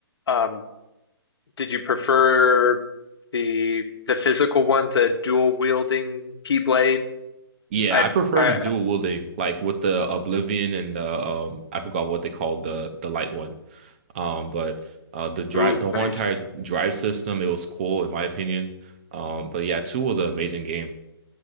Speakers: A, on the left; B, on the right.
A: um, did you prefer the the physical one, the dual wielding keyblade?
B: Yeah,
A: I
B: I prefer
A: I
B: the dual wielding, like with the Oblivion and the um I forgot what they called the the light one. Um, but uh the drive
A: ooh,
B: the whole
A: nice.
B: entire drive system, it was cool in my opinion. Um, but yeah, two was an amazing game.